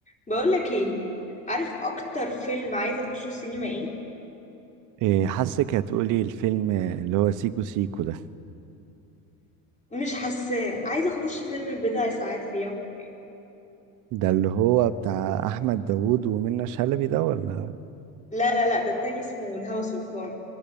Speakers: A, on the left; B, on the right.
A: بقولك ايه عارف اكتر فيلم عايزه اخشه السينما ايه
B: إيه، حاسك هتقولي الفيلم اللي هو سيكو سيكو ده
A: مش حاساه عايزه اخش فيلم بضع ساعات في يوم ما
B: ده اللي هو بتاع احمد داوود ومنى شلبي ده ولا
A: لا لا لا ده التاني اسمه الهوى سلطان